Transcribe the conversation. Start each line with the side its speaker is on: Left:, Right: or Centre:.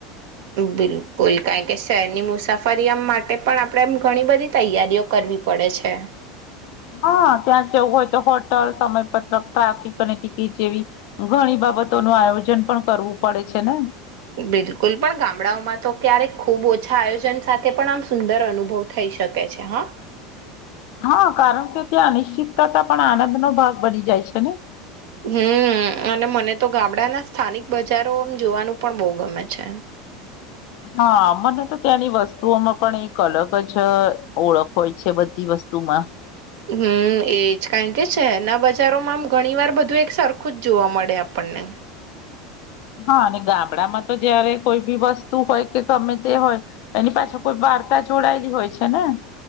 Right: બિલકુલ કારણ કે શહેરની મુસાફરી માટે પણ આપણેે એમ ઘણી બધી તૈયારીઓ કરવી પડે છે
Left: હા ક્યાંક જેવું હોય તો હોટલ સમયપત્રક ટ્રાફિક અને ટિકિટ જેવી ઘણી બાબતો નો આયોજન પણ કરવું પડે છે ને
Right: બિલકુલ પણ ગામડાઓમાં તો ક્યારેક ખુબ ઓછા આયોજન સાથે પણ આમ સુંદર અનુભવ થઈ શકે છે હા
Left: હા કારણ કે ત્યાં અ નિિશ્ચિત કરતા પણ આનંદ નો ભાગ બની જાય છે ને
Right: હમ અને મને તો ગામડાના સ્થાનિક બજારો એમ જોવાનું પણ બહુ ગમે છે
Left: હા મને તો ત્યાંની વસ્તુઓમાં પણ એક અલગ જ ઓળખ હોય છે બધી વસ્તુમાં
Right: હમ એજ કારણ કે શહેરના બજારોમાં આમ ઘણી વાર બધું એક સરખું જ જોવા મળે આપણને
Left: હા અને ગામડામાં તો જયારે કોઈ બી વસ્તુ હોય કે ગમે તે હોય એની પાછળ કોઈ વાર્તા જોડાયેલી હોય છે ને